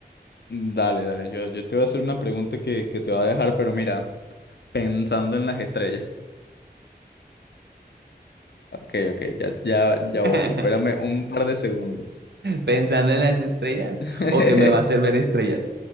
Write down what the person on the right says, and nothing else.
<laughs>
Pensando en las estrellas
o que me va a hacer ver estrellas.